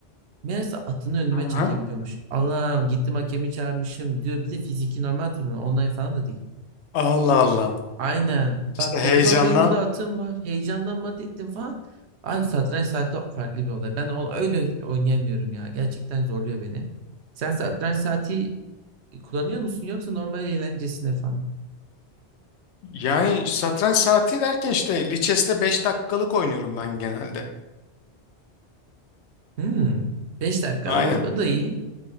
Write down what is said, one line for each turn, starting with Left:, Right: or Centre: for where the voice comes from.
Right: Meğerse atını önüme
Left: Aha.
Right: çekebiliyormuş. Allah'ım gittim hakemi çağırmışım diyor. Bir de fiziki normal turnuva online falan da değil.
Left: Allah Allah.
Right: Aynen.
Left: İşte
Right: Bak
Left: heyecandan
Right: dedi bak benim burada atım var. Heyecandan mat ettim falan. Abi satranç saati farklı bir olay. Ben onu öyle oynayamıyorum ya. Gerçekten zorluyor beni. Sen satranç saati kullanıyor musun yoksa normal eğlencesine falan?
Left: Yani satranç saati derken işte Lichess'te 5 dakikalık oynuyorum ben genelde.
Right: Hmm. 5 dakika
Left: Aynen.
Right: o o da iyi.